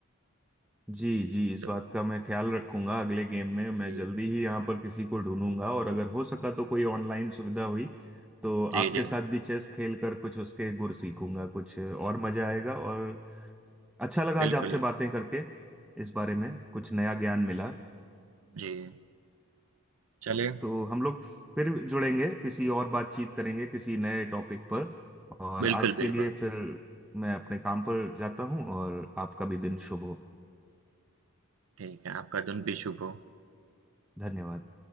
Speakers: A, in the centre; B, on the right.
A: जी जी इस
B: तो
A: बात का मैं ख्याल रखूंगा अगले गेम में मैं
B: जी,
A: जल्दी ही यहाँ पर किसी को ढूंढूंगा और अगर हो सका तो कोई ऑनलाइन सुविधा हुई तो
B: जी,
A: आपके
B: जी,
A: साथ भी चेस खेल कर कुछ उसके गुर सीखूंगा कुछ और मजा आएगा और अच्छा लगा
B: बिल्कुल।
A: आज आपसे बातें करके इस बारे में कुछ नया ज्ञान मिला
B: जी, चलिए
A: तो हम लोग फिर जुड़ेंगे किसी और बातचीत करेंगे किसी नए टॉपिक पर और
B: बिल्कुल,
A: आज के
B: बिल्कुल।
A: लिए फिर मैं अपने काम पर जाता हूँ और आपका भी दिन शुभ हो
B: ठीक है, आपका दिन भी शुभ हो।
A: धन्यवाद